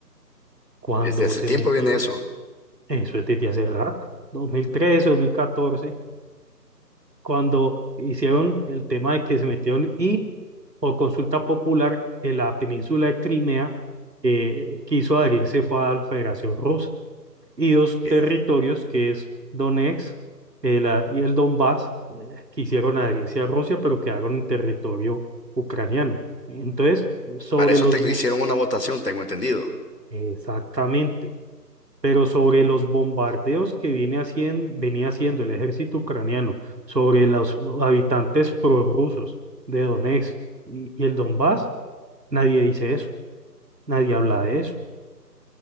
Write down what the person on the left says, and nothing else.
desde hace
tiempo
viene eso.
Ok.
Para eso
tengo-
hicieron una votación, tengo entendido.